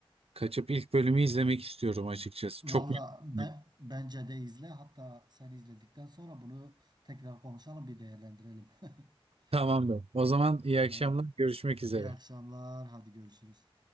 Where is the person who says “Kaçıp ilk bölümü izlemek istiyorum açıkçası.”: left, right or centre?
Right